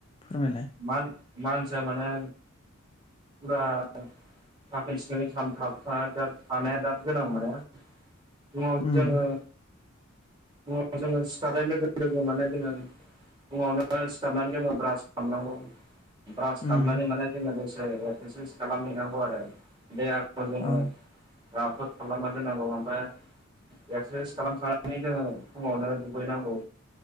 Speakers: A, on the left (about 25°); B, on the right (about 20°).
A: फोरमायलाय
B: मान मानसिया माने। फुरा थाखोन सिखोनै थामथाखादार थानाया दा गोनां माने। फुङाव
A: उम
B: जोङो। फुङाव जोङो सिखारनाय लोगो लोगो माने जोङो। फुङावनो सिखारनानै जोङो ब्रास खामनांगौ। ब्रास
A: उम
B: खामनानै माने जोङो दसे एक्सारसाइस खालामहैनांगौ आरो दे। <unintelligible>
A: अ
B: राफोद खालामना दोननांगौ ओमफाय एक्सारसाइस खालामखांनानै जोङो। फुङावनो दुगैनांगौ